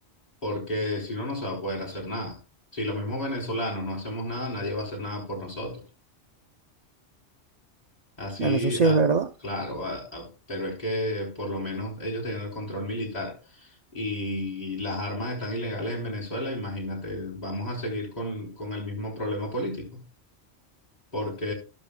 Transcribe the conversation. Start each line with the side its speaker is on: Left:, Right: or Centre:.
Left: porque si no, no se va a poder hacer nada. Si los mismos venezolanos no hacemos nada, nadie va a hacer nada por nosotros. Así,
Right: Bueno, eso sí
Left: ah,
Right: es verdad.
Left: claro, ah, ah, pero es que por lo menos ellos tienen el control militar y las armas están ilegales en Venezuela, imagínate, vamos a seguir con, con el mismo problema político, porque